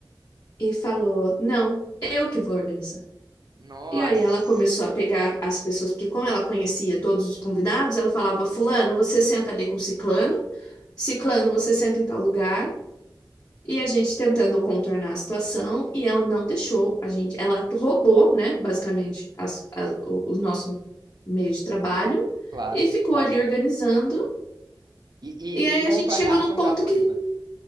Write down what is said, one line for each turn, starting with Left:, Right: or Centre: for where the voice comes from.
Left: e falou: "Não, eu que vou organizar".
Right: Nossa,
Left: E aí ela começou a pegar as pessoas, porque como ela conhecia todos os convidados, ela falava: "Fulano, você senta ali com ciclano, ciclano, você senta em tal lugar". E a gente tentando contornar a situação e ela não deixou a gente. Ela roubou, né, basicamente, as- a- o, o nosso meio de trabalho
Right: claro,
Left: e ficou
Right: claro.
Left: ali organizando.
Right: E, e,
Left: E aí
Right: e qual
Left: a gente
Right: foi
Left: chegou
Right: a reação
Left: num ponto
Right: da noiva?
Left: que